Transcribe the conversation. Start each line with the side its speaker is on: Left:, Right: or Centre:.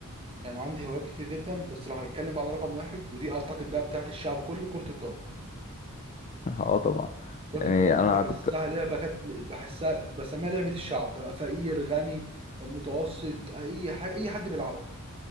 Right: يعني عندي هوايات كتير جدا بس لو هنتكلم بقى على رقم واحد ودي اعتقد بقى بتاعت الشعب كله كره القدم
Left: <laughs> اه طبعا
Right: كرة
Left: يعني
Right: القدم
Left: انا
Right: دي بحسها
Left: كنت
Right: لعبة كانت بحسها بسميها لعبة الشعب بقى فقير غني متوسط أي ح... أي حد بيلعبها